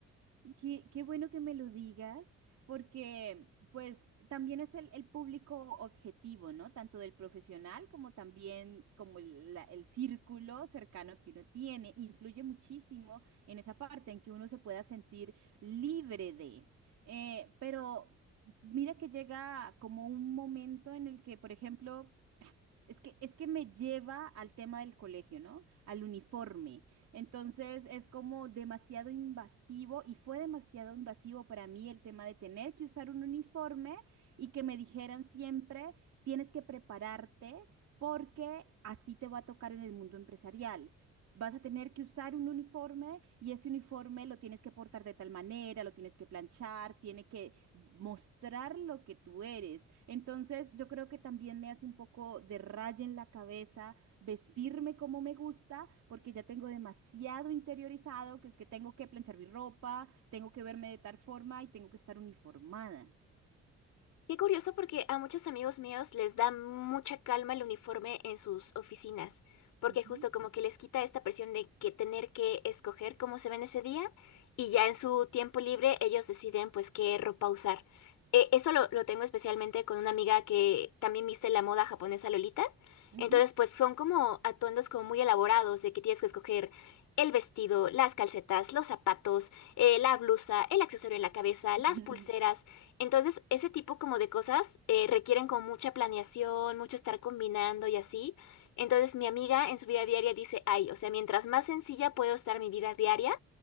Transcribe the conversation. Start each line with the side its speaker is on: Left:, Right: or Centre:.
Right: Qué, qué bueno que me lo digas, porque pues también es el, el público objetivo, ¿no? Tanto del profesional como también como el, la- el círculo cercano que uno tiene. Influye muchísimo en esa parte en que uno se pueda sentir libre de. Eh, pero mira que llega como un momento en el que, por ejemplo... Es que, es que me lleva al tema del colegio, ¿no? Al uniforme. Entonces es como demasiado invasivo y fue demasiado invasivo para mí el tema de tener que usar un uniforme y que me dijeran siempre, tienes que prepararte porque así te va a tocar en el mundo empresarial. Vas a tener que usar un uniforme y ese uniforme lo tienes que portar de tal manera, lo tienes que planchar, tiene que mostrar lo que tú eres. Entonces, yo creo que también me hace un poco de raya en la cabeza vestirme como me gusta, porque ya tengo demasiado interiorizado, que es que tengo que planchar mi ropa, tengo que verme de tal forma y tengo que estar uniformada.
Left: Qué curioso porque a muchos amigos míos les da mucha calma el uniforme en sus oficinas, porque
Right: Ujú,
Left: justo como que les quita esta presión de que tener que escoger cómo se ven ese día y ya en su tiempo libre ellos deciden pues qué ropa usar. Eh, eso lo, lo tengo especialmente con una amiga que también viste la moda japonesa Lolita.
Right: ujú.
Left: Entonces pues son como atuendos como muy elaborados de que tienes que escoger el vestido, las calcetas, los zapatos, eh, la blusa, el accesorio en la cabeza,
Right: <laughs>
Left: las pulseras. Entonces, ese tipo como de cosas eh, requieren como mucha planeación, mucho estar combinando y así. Entonces, mi amiga en su vida diaria dice, ay, o sea, mientras más sencilla puedo estar mi vida diaria,